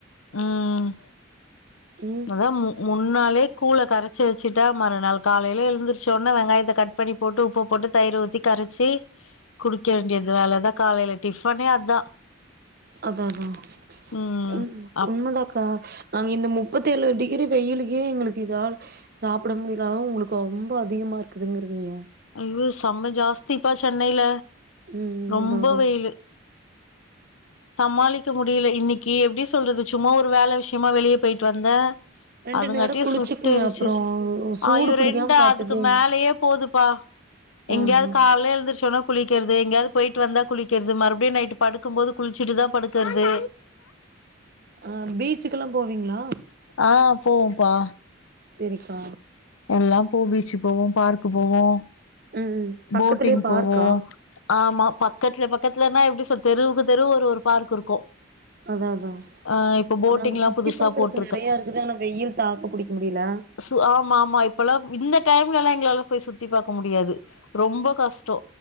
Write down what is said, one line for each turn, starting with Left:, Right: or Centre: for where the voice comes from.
Left: ம்
Right: ம்
Left: அதா மு முன்னாலே கூழ கரச்சு வச்சுட்டா மறுநாள் காலேல எழுந்தருச்சோன வெங்காயத்த கட் பண்ணி போட்டு உப்பு போட்டு தயிர ஊத்தி கரச்சி குடிக்க வேண்டியதுதா அதுலதா காலேல டிஃபனே அதா
Right: அதா அதா
Left: ம்
Right: உன்
Left: அப்
Right: உண்மதாக்கா நாங்க இந்த முப்பத்தெழு டிகிரி வெயிலுகே எங்களுக்கு இதால் சாப்ட முடில ஆ உங்களுக்கு ரொம்ப அதிகமா இருக்குதுங்கிறீங்க
Left: ஐயோ செம்ம ஜாஸ்திப்பா சென்னைல
Right: ம் ம்
Left: ரொம்ப
Right: அதா அதா
Left: வெயிலு சமாளிக்க முடியல இன்னைக்கி எப்டி சொல்றது சும்மா ஒரு வேல விஷயமா வெளிய போயிட்டு வந்தே
Right: ரெண்டு
Left: அதுங்காட்டியு
Right: நேரோ குளிச்சுக்குங்க
Left: சுட்டெருச்சுச்சு
Right: அப்றோ சூடு
Left: ஐயோ
Right: புடிக்காம
Left: ரெண்டா
Right: பாத்துட்டீங்க
Left: அதுக்கு மேலயே போதுப்பா எங்கேயாது
Right: ம் ம்
Left: கால்ல எழுந்ருச்சோன குளிக்கிறது எங்கேயாது போயிட்டு வந்தா குளிக்கிறது மறுபடியு நைட் படுக்கு போது குளிச்சுட்டு தா படுக்குறது
Right: ஆ பீச்சுகெல்லா போவீங்களா
Left: ஆ போவோபா
Right: சேரிக்கா
Left: எல்லா போவோ பீச்சு போவோ பார்க்கு போவோம
Right: ம் ம் பக்கத்துலயே
Left: போட்டிங் போவோ
Right: பார்க்கா
Left: ஆமா பக்கத்துல பக்கத்துலனா எப்டி சொல்து தெருவுக்கு தெருவு ஒரு ஒரு பார்க் இருக்கு
Right: அதா அதா
Left: ஆ இப்ப போட்டிங்
Right: நாங்க
Left: எல்லா
Right: சுத்தி
Left: புதுசா
Right: பாக்குறக்கு
Left: போட்
Right: நெறைய இருக்குது ஆனா வெயில் தாக்கு புடிக்க முடில
Left: சு ஆமா ஆமா இப்ப ல்லா இந்த டைம்ல ல்லா எங்களால போய் சுத்தி பாக்க முடியாது ரொம்ப கஷ் டோ